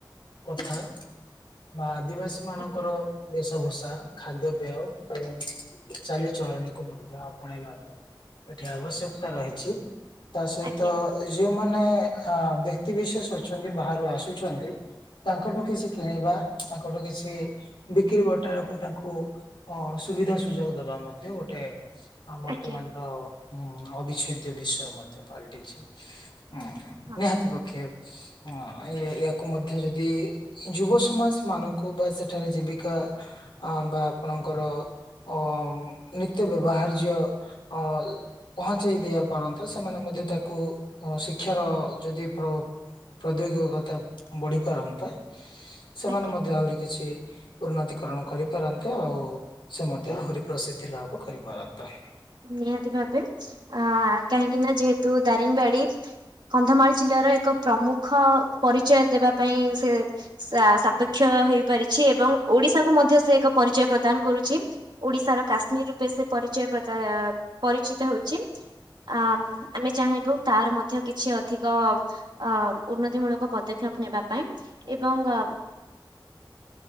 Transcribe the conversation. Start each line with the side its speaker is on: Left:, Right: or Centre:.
Left: କଥା ବା ଆଦିବାସୀ ମାନଙ୍କର
Right: ଆଜ୍ଞା
Left: ଵିଷ ଭସା ଖାଦ୍ୟପେୟ ଏବଂ ଚାଲିଚଳଣିକୁ ମଧ୍ୟ ଆପଣେଇବା ଏଠି ଆବଶ୍ୟକତା ରହିଛି ତା ସହିତ
Right: ଆଜ୍ଞା
Left: ଏଇ ଯୋଉମାନେ ବ୍ୟକ୍ତି ବିିଶେଷ ଅଛନ୍ତି ବାହାରୁ ଆସୁଛନ୍ତି ତାଙ୍କଠୁ କିଛି କିଣିବା ତାଙ୍କଠୁ କିଛି ବିକ୍ରି ବଟାରକୁ ତାଙ୍କୁ ଅ ସୁବିଧା ସୁଯୋଗ ଦବା ମଧ୍ୟ ଗୋଟେ ଆ ବର୍ତ୍ତମାନ
Right: ଆଜ୍ଞା
Left: ତ ଅବିଚ୍ଛେଦ୍ୟ ବିଷୟ ମଧ୍ୟ ପାଲଟିଛି ହୁଁ
Right: ହଁ
Left: ନିହାତି ପକ୍ଷେ ହଁ ୟାକୁ ମଧ୍ୟ ଯଦି ଯୁବ ସମାଜ ମାନଙ୍କୁ ବା ସେଠାରେ ଜୀବିକା ଆ ବା ଆପଣଙ୍କର ଅ ନିତ୍ୟ ବ୍ୟବହାର୍ଯ୍ୟ ଅଲ ପହଞ୍ଚେଇ ଦେଆ ପାରନ୍ତା ସେମାନେ ମଧ୍ୟ ତାକୁ ଶିକ୍ଷାର ଯଦି ପ୍ର ପ୍ରଦ୍ୟୋଗିକତା ବଢ଼ି ପାରନ୍ତା ସେମାନେ
Right: ଆଜ୍ଞା।
Left: ମଧ୍ୟ ଆହୁରି କିଛି ଉନ୍ନତିକରଣ କରିପାରନ୍ତେ ଆଉ ସେ ମଧ୍ୟ ଆହୁରି ପ୍ରସିଦ୍ଧି ଲାଭ କରିପାରନ୍ତା।
Right: ନିହାତି ଭାବେ ଆ କାହିଁକି ନା ଯେହେତୁ ଦାରିଙ୍ଗୀବାଡ଼ି କନ୍ଧମାଳ ଜିଲ୍ଲାର ଏକ ପ୍ରମୁଖ ପରିଚୟ ଦେବା ପାଇଁ ସେ ସା ସାପେକ୍ଷ ହେଇପାରିଛି ଏବଂ ଓଡ଼ିଶାକୁ ମଧ୍ୟ ସେ ଏକ ପରିଚୟ ପ୍ରଦାନ କରୁଛି। ଓଡ଼ିଶାର କାଶ୍ମୀର ରୂପେ ସେ ପରିଚୟ ପ୍ରଦା ପରିଚିତ ହେଉଛି ଆ ଆମେ ଚାହିଁବୁ ତାର ମଧ୍ୟ କିଛି ଅଧିକ ଅ ଉନ୍ନତିମୂଳକ ପଦକ୍ଷେପ ନେବା ପାଇଁ ଏବଂ ଆ